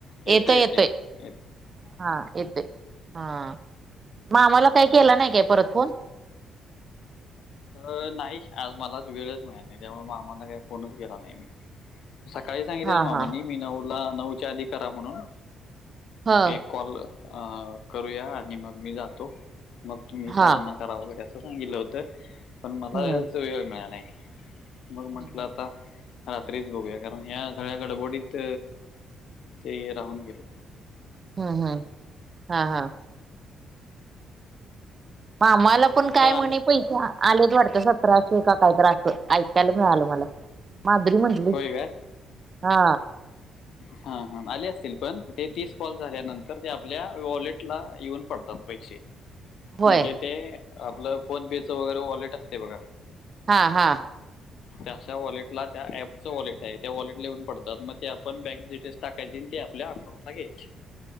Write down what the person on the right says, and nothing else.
येतोय,
येतोय
हा येतोय. हा. मामाला काही केला नाही काय परत फोन?
हा
हा
हा.
हा
हम्म
हम्म
हम्म हम्म हा हा, मग आम्हाला आपण
काय म्हणे
पैसे, आलेत वाटत सतराशे का कायतर असं, ऐकायला मिळालं मला. मादुरी म्हटली.
हा
होय
हा हा.